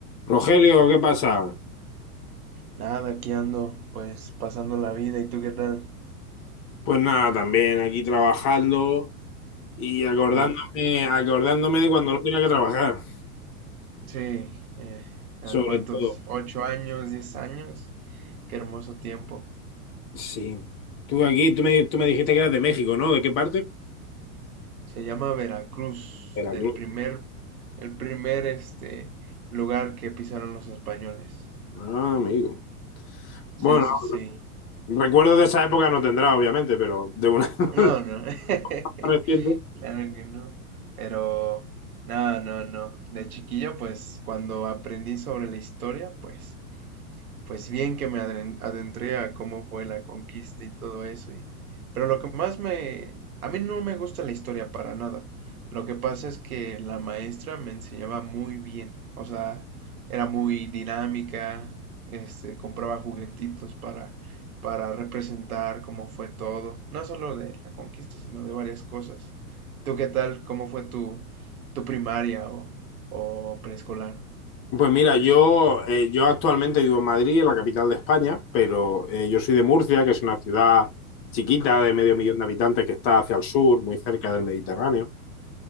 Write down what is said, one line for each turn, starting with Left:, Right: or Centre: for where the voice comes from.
Left: Rogelio, ¿qué pasa?
Right: Nada, aquí ando, pues pasando la vida. ¿Y tú qué tal?
Left: Pues nada, también aquí trabajando y acordándome,
Right: Uf,
Left: acordándome de cuando no tenía que trabajar,
Right: sí, eh,
Left: sobre
Right: ¿a cuántos?
Left: todo.
Right: ¿Ocho años, diez años? Qué hermoso tiempo.
Left: Sí. Tú aquí, tú me, tú me dijiste que eras de México, ¿no? ¿De qué parte?
Right: Se llama Veracruz,
Left: Veracruz.
Right: del primer, el primer, este, lugar que pisaron los españoles.
Left: Ah, amigo.
Right: Sí,
Left: Bueno,
Right: sí, sí.
Left: recuerdos de esa época no tendrá, obviamente, pero de una <laughs>
Right: No, no, <laughs>
Left: reciente.
Right: claro que no. Pero, no, no, no. De chiquillo, pues, cuando aprendí sobre la historia, pues, Pues bien que me adren- adentré a cómo fue la conquista y todo eso y pero lo que más me a mí no me gusta la historia para nada. Lo que pasa es que la maestra me enseñaba muy bien, o sea, era muy dinámica, este compraba juguetitos para para representar cómo fue todo, no solo de la conquista, sino de varias cosas. ¿Tú qué tal? ¿Cómo fue tu tu primaria o o preescolar?
Left: Pues mira, yo, eh, yo actualmente vivo en Madrid, en la capital de España, pero eh, yo soy de Murcia, que es una ciudad chiquita de medio millón de habitantes que está hacia el sur, muy cerca del Mediterráneo.